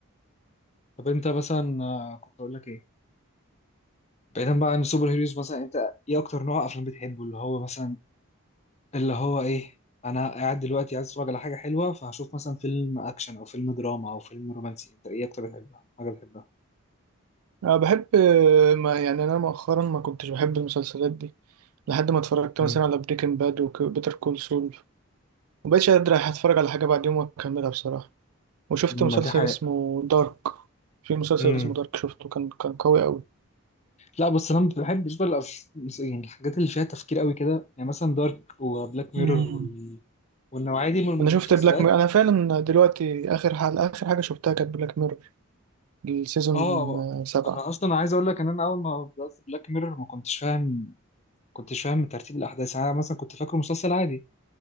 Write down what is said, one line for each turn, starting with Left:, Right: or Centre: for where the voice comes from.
Left: طب انت مثلا آه، كنت اقول لك ايه بعيدا بقى عن السوبر هيروز مثلا انت ايه اكتر نوع افلام بتحبه اللي هو مثلا اللي هو ايه انا قاعد دلوقتي عايز اتفرج على حاجه حلوه فهشوف مثلا فيلم اكشن او فيلم دراما او فيلم رومانسي انت ايه اكتر بتحبها حاجه بتحبها
Right: أنا بحب آه، ما يعني أنا مؤخرا ما كنتش بحب المسلسلات دي لحد ما اتفرجت
Left: امم
Right: مثلا على بريكنج باد وبيتر كول سول مبقتش قادر أتفرج على حاجة بعد يوم وأكملها بصراحة وشفت
Left: ما
Right: مسلسل
Left: دي حاجه
Right: اسمه دارك في مسلسل
Left: امم
Right: اسمه دارك شفته كان كان قوي أوي
Left: لا بص انا ما بحبش بقى الأف- يعني الحاجات اللي فيها تفكير قوي كده يعني مثلا دارك وبلاك ميرور
Right: امم
Left: وال... والنوعيه دي من
Right: أنا
Left: المسلسلات
Right: شفت بلاك مير أنا فعلا دلوقتي آخر حلقة آخر حاجة شفتها كانت بلاك مير السيزون
Left: اه
Right: آه، سبعة
Left: انا اصلا عايز اقول لك ان انا اول ما بدات بلاك ميرور ما كنتش فاهم كنتش فاهم ترتيب الاحداث يعني انا مثلا كنت فاكره مسلسل عادي